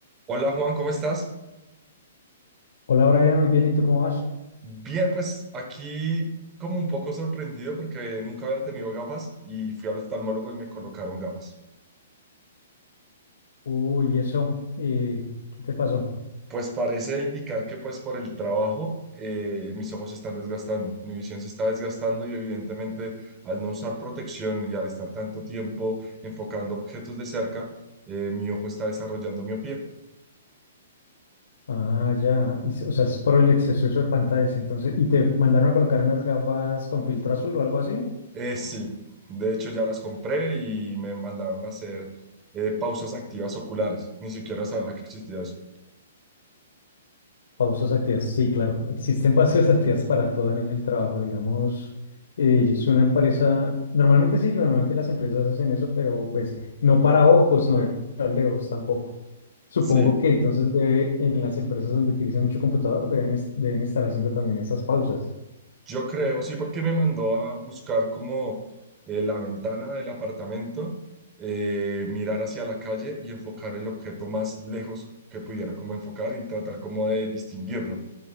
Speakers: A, on the right; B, on the left.
A: Hola Juan, ¿cómo estás?
B: Hola Brian, muy bien, ¿y tú cómo vas?
A: Bien, pues aquí como un poco sorprendido porque nunca había tenido gafas y fui al oftalmólogo y me colocaron gafas.
B: Uy, eso, eh, ¿qué te pasó?
A: Pues parece indicar que pues por el trabajo eh, mis ojos se están desgastando, mi visión se está desgastando y evidentemente al no usar protección y al estar tanto tiempo enfocando objetos de cerca, eh, mi ojo está desarrollando miopía.
B: Ah, ya, es- o sea, es por el exceso de pantallas, entonces, ¿y te mandaron a colocar unas gafas con filtro azul o algo así?
A: Eh, sí, de hecho ya las compré y me mandaron a hacer eh, pausas activas oculares, ni siquiera sabía que existía eso.
B: Pausas activas, sí, claro, existen pausas <laughs> activas para todo en el trabajo, digamos, eh, yo soy una empresa, normalmente sí, normalmente las empresas hacen eso, pero pues no para ojos, no para de ojos tampoco. Supongo
A: Sí,
B: que entonces debe, en las empresas donde utilicen mucho computador deben, es- deben estar haciendo también esas pausas.
A: yo creo, sí, porque me mandó a buscar como eh, la ventana del apartamento, eh, mirar hacia la calle y enfocar el objeto más lejos que pudiera como enfocar y tratar como de distinguirlo.